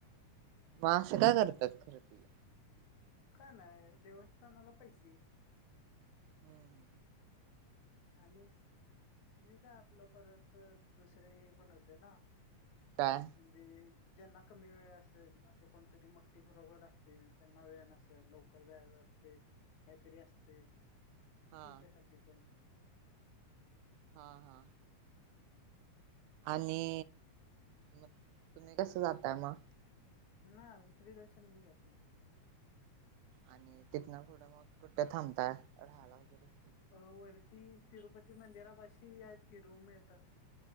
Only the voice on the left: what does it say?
काय नाही देवस्थानाला पैसे.
<unintelligible> आणि आणि काय आपलं परत दुसरे हे पण होते ना
म्हणजे ज्यांना कमी वेळ असेल, असं कोणतरी मोठ्ठी घरोघर असतील त्यांना वेळ नसेल लवकर जायच असतंय, काहीतरी असतंय त्यांच्यासाठी
पण.
ना म फ्री दर्शन म्हून करतोय
अ वरती तिरुपती मंदिरापाशी आहेत कि रूम मिळतात